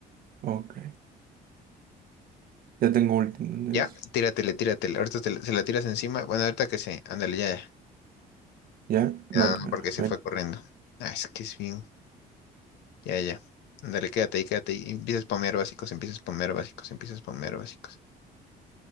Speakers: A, on the right; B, on the left.
A: Ok. Ya tengo ulti, entonces.
B: Ya, tíratele, tíratele. Ahorita te la- se la tiras encima. Bueno, ahorita que se. Ándale, ya, ya.
A: ¿Ya?
B: Ya,
A: No te
B: no,
A: creo.
B: porque se
A: Ven.
B: fue corriendo. Ah, es que es bien. Ya, ya. Ándale, quédate ahí, quédate ahí. Empiezas a spamear básicos, empiezas a spamear básicos, empiezas a spamear básicos.